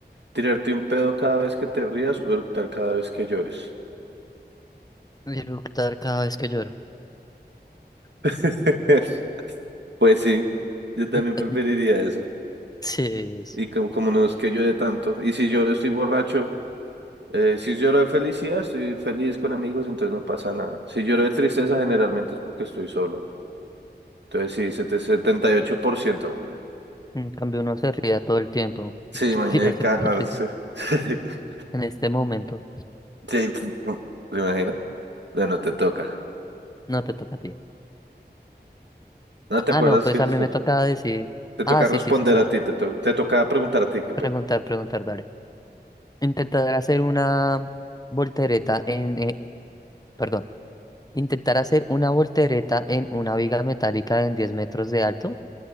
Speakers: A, on the right; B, on the left.
A: ¿Tirarte un pedo cada vez que te rías o eructar cada vez que llores?
B: Eructar cada vez que lloro.
A: <laughs> Pues sí, yo también
B: <laughs>
A: preferiría eso.
B: Sí, es-
A: Y como, como no es que llore tanto. Y si lloro estoy borracho, Eh, si lloro de felicidad, estoy feliz con amigos, entonces no pasa nada. Si lloro de tristeza, generalmente es porque estoy solo. Entonces sí, 7- 78%, güey.
B: en cambio uno se ría todo el tiempo.
A: Sí,
B: <laughs>
A: imagínate
B: Tirarse
A: cagarse.
B: por el río.
A: <laughs>
B: En este momento,
A: Sí, ¿te imaginas? Bueno, te toca.
B: no te toca a ti.
A: ¿No te
B: Ah,
A: acuerdas
B: no, pues
A: que
B: a
A: se-
B: mí me toca decir.
A: te toca
B: Ah, sí,
A: responder
B: sí, sí, sí.
A: a ti? Te, to- te toca preguntar a ti, qué pena.
B: Preguntar, preguntar, dale. Intentar hacer una voltereta en, eh, perdón, intentar hacer una voltereta en una viga metálica en 10 metros de alto